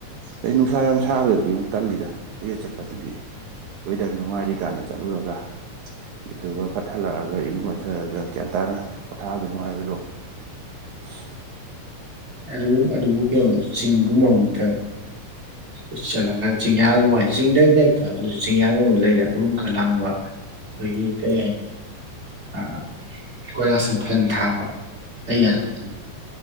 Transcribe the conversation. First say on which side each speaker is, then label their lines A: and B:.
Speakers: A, on the right (about 75°); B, on the right (about 20°).
A: ꯑꯩ ꯅꯨꯡꯁꯥ ꯌꯥꯝ ꯁꯥꯕꯗꯗꯤ ꯑꯃꯨꯛ ꯇꯜꯂꯤꯗ ꯀꯨꯏꯌꯦꯠ ꯆꯠꯄꯗꯨꯗꯤ ꯋꯦꯗꯔ ꯅꯨꯡꯉꯥꯏꯔꯤ ꯀꯥꯟꯗ ꯆꯠꯂꯨꯔꯒ ꯏꯗꯨꯒ ꯐꯠ ꯍꯜꯂꯛꯑꯒ ꯏꯔꯨ ꯃꯥꯏꯊꯔꯒ ꯒ꯭ꯌꯥꯟ ꯇꯥꯅ ꯄꯣꯊꯥꯗꯨ ꯅꯨꯡꯉꯥꯏꯔꯣꯏꯗ꯭ꯔꯣ <unintelligible>
B: ꯑꯗꯨ ꯑꯗꯨꯀꯣ ꯆꯤꯡꯒꯨꯝꯕ ꯑꯝꯇ
A: <inaudible>
B: ꯎꯠꯆꯥꯜꯂꯒ ꯆꯤꯡꯌꯥꯒꯨꯝꯃꯥꯏ ꯆꯤꯡꯗꯩꯩꯗꯩ <unintelligible> ꯆꯤꯡꯌꯥꯒꯨꯝꯕ ꯂꯩꯔ ꯎꯔꯨꯝ ꯈ ꯂꯥꯡꯕ ꯈꯣꯏꯒꯤ ꯀꯩ ꯍꯥꯏꯅꯤ ꯑ ꯀꯣꯏꯂꯥꯁꯁꯦ ꯐꯌꯟ ꯊꯥꯕ ꯑꯩꯒ
A: ꯍꯨꯝ